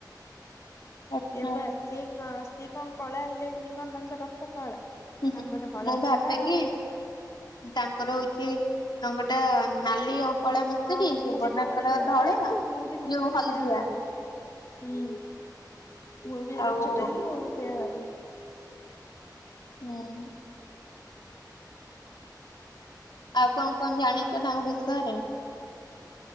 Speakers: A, on the left; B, on the left.
A: ଆଚ୍ଛା।
B: ସେ ବା ସିଏ କ ସିଏ କଣ କଳା ହେଲେ ବୋଲି କଣ ତାଙ୍କ ରଥ କଳା?
A: ହୁଁ ହୁଁ
B: ତାଙ୍କର ହଳଦିଆ
A: ମୁଁ ଭାବେ
B: ନା ଆଉ
A: କି ତାଙ୍କର ହଉଛି ରଙ୍ଗଟା ନାଲି ଆଉ କଳା ମିଶିକି
B: ହଁ
A: ସୁଭଦ୍ରାଙ୍କର
B: ମୁଁ ଯେତେବେଳେ ଛୋଟ
A: ଧଳା
B: ହେଇଥିଲି ମୁଁ ବି ସେତେବେଳେ
A: ଯଉ ହଲଦିଆ
B: ସେଇଆ ଭାବେ। ହୁଁ ମୁଁ ବି
A: ଆଉ
B: କେତେବେଳେ ଛୁଟ ହେଇଥିଲି ମୁଁ ବି ସେୟା ଭାବେ
A: ହୁଁ ଆଉ କଣ କଣ ଜାଣିଚ ତାଙ୍କ ବିଷୟରେ?